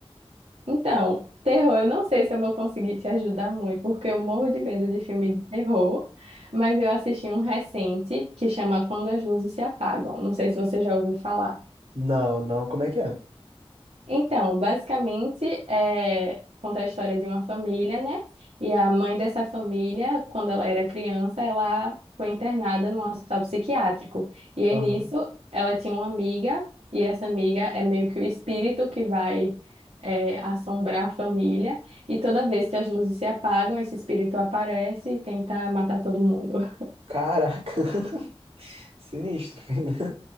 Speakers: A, on the right; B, on the right.
A: Então, terror, eu não sei se eu vou conseguir te ajudar muito, porque eu morro de medo de filme de terror, mas eu assisti um recente que chama Quando as Luzes se Apagam. Não sei se você já ouviu falar.
B: Não, não, como é que é?
A: Então, basicamente, é, conta a história de uma família, né? E a mãe dessa família, quando ela era criança, ela foi internada num hospital psiquiátrico. E aí,
B: Aham.
A: nisso, ela tinha uma amiga, e essa amiga é meio que o espírito que vai, é, assombrar a família. E toda vez que as luzes se apagam, esse espírito aparece e tenta matar todo mundo. <laughs>
B: Caraca, <laughs> sinistro, filho.